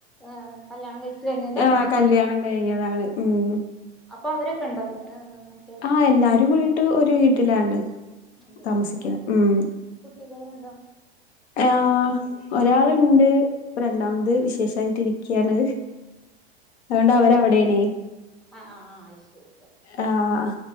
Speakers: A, in the centre; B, on the left.
A: ഏഹ് കല്യാണം കഴിച്ചു കഴിഞ്ഞതാ
B: ആഹ്
A: അല്ലേ
B: കല്യാണം കഴിഞ്ഞതാണ് ഉം
A: അപ്പൊ അവരൊക്കെ ഇണ്ടൊ <unintelligible>
B: ആഹ് എല്ലാരും കൂടിട്ട് ഒരു വീട്ടിലാണ് <unintelligible>
A: അതല്ലേ
B: താമസിക്ക്ണെ
A: കുട്ടി
B: ഉം
A: കുട്ടികൾ ഉണ്ടോ
B: ആഹ് ഒരാളുണ്ട് ഇപ്പ രണ്ടാമത്തെത്
A: ഉം
B: വിശേഷം ണ്ടായിട്ടിരിക്യാണ് അതുകൊണ്ട് അവര് അവിടെണെ
A: ആഹ് ആഹ് ആഹ് അത് ശരി ഓക്കേ
B: ആഹ്